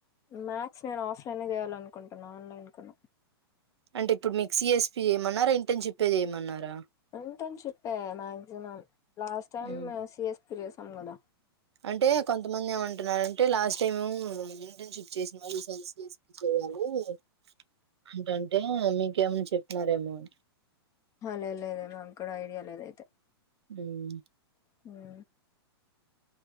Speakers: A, on the left (about 25°); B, on the right (about 85°).
A: మ్యాక్స్ నేను ఆఫ్లైన్ చేయాలనుకుంటున్నా ఆన్లైన్ కన్నా
B: అంటే ఇప్పుడు మీకు సిఎస్పి ఏమన్నారేం టెన్షిప్ ఏ చెయ్ మన్నారా
A: ఇంటర్న్షిప్ ఏ మాక్సిమమ్ లాస్ట్ టైం
B: ఉమ్.
A: సిఎస్ పుడు చేసంగద
B: అంటే కొంతమంది ఏమంటున్నారంటే లాస్ట్ టైమూ ఇంటర్న్షిప్ చేసిన వాళ్ళు <unintelligible> అంటంటే మీకేమని చెప్ నరేమోన్
A: హ లేదు లేదు మాకూడ ఐడియా లేదైతే
B: హూమ్
A: హూ